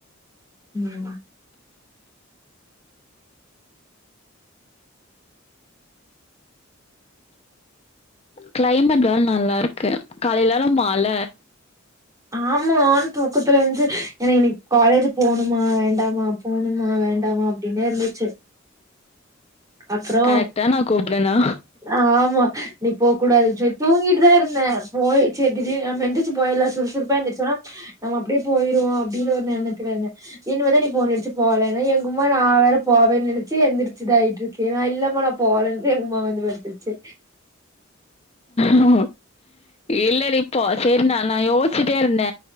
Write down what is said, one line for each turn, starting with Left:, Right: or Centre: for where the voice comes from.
Right: ம்
Left: க்ளைமேட் வேற நல்லா இருக்கு காலிலல்லா மழ
Right: ஆமானு தூக்கத்துல இருந்து எனக் இன்னிக்கு காலேஜ் போணுமா வேண்டாமா போணுமா வேண்டாமா அப்டினே இருந்துச்சு அப்றோ
Left: கரெக்டா நா கூப்டனா
Right: ஆமா இன்னைக்கு போ கூடாது செரி தூங்கிட்டுதா இருந்தன் போய் செர் திரி நம்ம எந்திரிச்சி போயர்ல்ல சுறுசுறுப்பா எந்திரிச்சோன்னா நம்ம அப்டியே போயிருவோ அப்டின்னு ஒரு நென க்கிறாங்க இனிமே தா நீ ஃபோன் அடிச்சு போலன்னா எங்கும்மா நா வேற போவேன்னு நெனச்சு எந்திரிச்சிதாய்ட் இருக்கு நா இல்லாம நா போலன்ன எங்கும்மா வந்து படுத்துருச்சு
Left: ஹோ இல்லடி இப்போ சேர் நா லா யோசிச்சுட்டே இருந்த